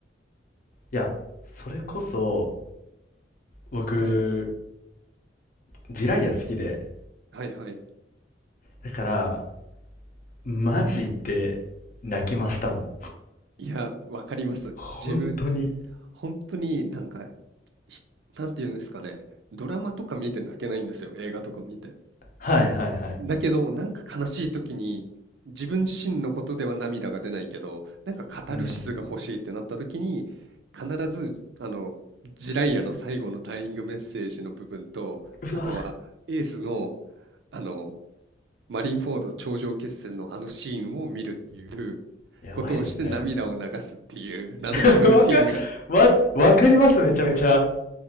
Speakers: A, on the left; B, on the right.
A: いや、それこそ、僕、
B: はい。
A: ジライア好きで。
B: はいはい。
A: だから、マジで泣きましたもん。
B: いや、わかります。
A: 本当に。
B: 自分、本当になんか、ひなんて言うんですかね。ドラマとか見て泣けないんですよ。映画とか見て。
A: はいはいはい。
B: だけど、なんか悲しい時に、自分自身のことでは涙が出ないけど、なんかカタルシスが欲しいってなった時に、
A: うん。
B: 必ず、あの、ジライアの最後のダイイングメッセージの部分と、
A: うわ、
B: あとはエースの、あの、マリンフォード頂上決戦のあのシーンを見るっていう
A: やばいですね。
B: ことをして涙を流すっていう謎のルーティンが、
A: <laughs> わか、わ、わかります、めちゃめちゃ。